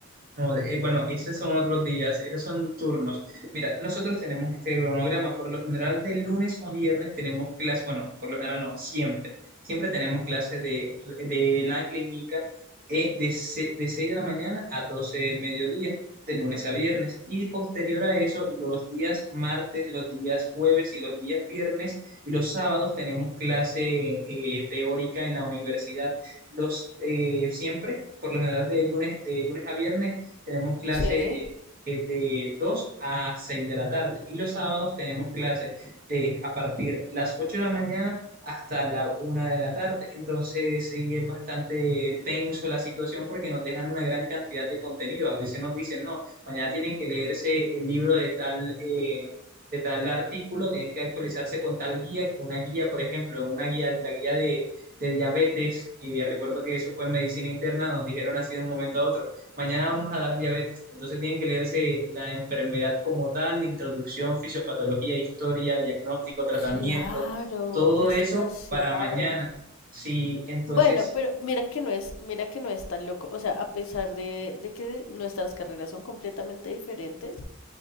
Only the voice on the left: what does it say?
Sí,
claro,
es
demasiado.
Bueno, pero mira que no es, mira que no es tan loco. O sea, a pesar de, de que nuestras carreras son completamente diferentes,